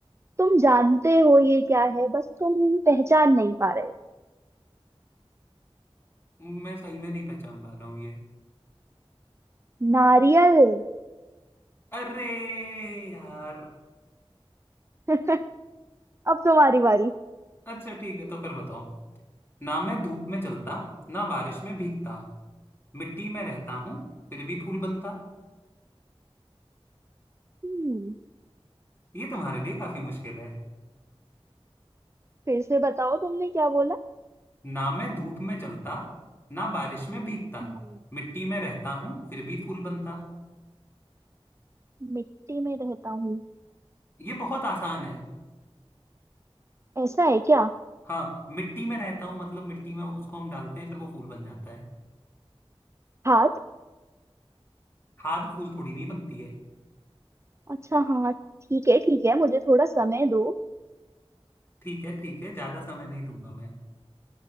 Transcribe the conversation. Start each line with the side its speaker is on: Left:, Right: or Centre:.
Right: तुम जानते हो ये क्या है बस तुम पहचान नहीं पा रहे हो
Left: मैं सही में नहीं पहचान पा रहा हूँ ये
Right: नारियल
Left: अरे यार
Right: <laughs> अब तुम्हारी बारी
Left: अच्छा ठीक है तो फिर बताओ ना मैं धूप में जलता ना बारिश में भीगता मिट्टी में रहता हूँ फिर भी फूल बनता
Right: हम्म
Left: ये तुम्हारे लिए काफी मुश्किल है
Right: फिर से बताओ तुमने क्या बोला
Left: ना मैं धूप में जलता ना बारिश में भीगता
Right: मैं
Left: मिट्टी में रहता हूँ फिर भी फूल बनता
Right: मिट्टी में रहता हूँ
Left: ये बहुत आसान है
Right: ऐसा है क्या
Left: हाँ मिट्टी में रहता हूँ मतलब मिट्टी में उसको हम डालते हैं फिर वो फूल बन जाता है
Right: हाथ
Left: खाद फूल थोड़ी नहीं बनती है
Right: अच्छा हाँ ठीक है ठीक है मुझे थोड़ा समय दो
Left: ठीक है ठीक है ज्यादा समय नहीं दूंगा मैं